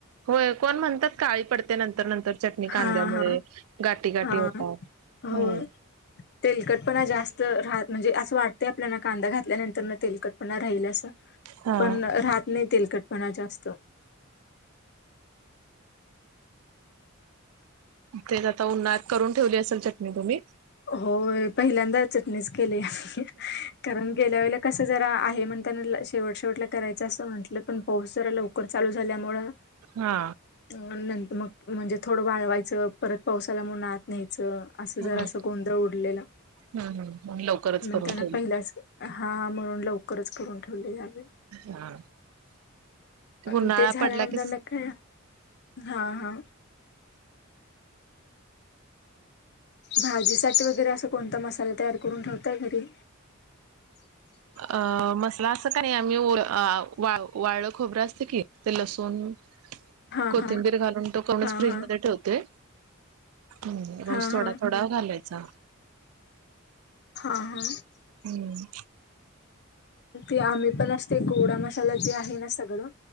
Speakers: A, on the right (about 80°); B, on the left (about 55°).
A: होय कोण म्हणतात काळी पडते नंतर. तर नंतर चटणी कांद्यामुळे
B: हा हा
A: गाठी गाठी
B: हा
A: होतात. हम्म.
B: हो तेलकटपणा जास्त राहतो. म्हणजे असं वाटते आपल्याला कांदा घातल्यानंतर- तेलकटपणा राहील असं.
A: हा
B: पण राहात नाही तेलकटपणा जास्त.
A: तेच आता उन्हाळ्यात करून ठेवली असेल चटणी तुम्ही?
B: होय. पहिल्यांदा चटणीच केली. कारण गेल्या वेळेला कस- अस जरा आहे म्हणताना, शेवट शेवटला करायचं असं म्हटलं पण, पाऊस जरा लवकर चालू झाल्यामुळं-
A: हा
B: अ नंतर मग म्हणजे थोडं वाळवायचं, परत पाऊस आला म्हणून आत <unintelligible> अस
A: हा
B: जरास गोंधळ उडलेलं.
A: हम् हम् म्हणून लवकरच
B: म्हणतांना
A: करून ठेवली
B: पहिला - हा. म्हणून लवकरच करून ठेवले काय?
A: हा.
B: अन
A: उन्हाळा
B: ते झाल्यानंतर
A: पडला की
B: <unintelligible> हा हा. भाजीसाठी वगैरे असा कोणता मसाला तयार करून ठेवताय घरी?
A: अ मसला असं का नाही? आम्हीओ वा वाळलं खोबरं असतं की ते लसूण-
B: हा
A: कोथिंबीर
B: हा
A: घालून तो कणस
B: हा
A: फ्रीजमध्ये
B: हा
A: ठेवते. हम्
B: हा
A: रोज थोडा
B: हा
A: थोडा घालायचा.
B: हा हा.
A: हम्म.
B: ते आम्ही पण असते गोडा मसाला जे आहे ना सगळं